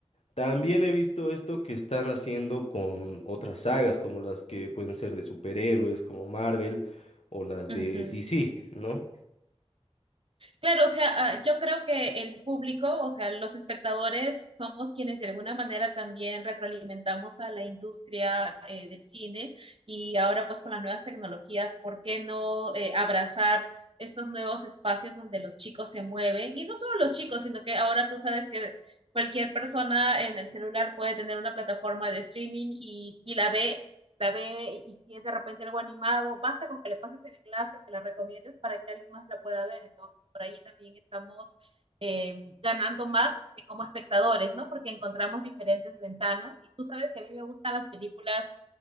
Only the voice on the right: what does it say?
Uh
-huh.
Claro, o sea, ah, yo creo que el público, o sea, los espectadores somos quienes de alguna manera también retroalimentamos a la industria eh, del cine y ahora pues con las nuevas tecnologías, ¿por qué no eh, abrazar estos nuevos espacios donde los chicos se mueven? Y no solo los chicos, sino que ahora tú sabes que cualquier persona en el celular puede tener una plataforma de streaming y, y la ve la ve y si es de repente algo animado, basta con que le pases el enlace o que la recomiendes para que alguien más la pueda ver. Entonces, por ahí también estamos eh, ganando más eh, como espectadores, ¿no? Porque encontramos diferentes ventanas y tú sabes que a mí me gustan las películas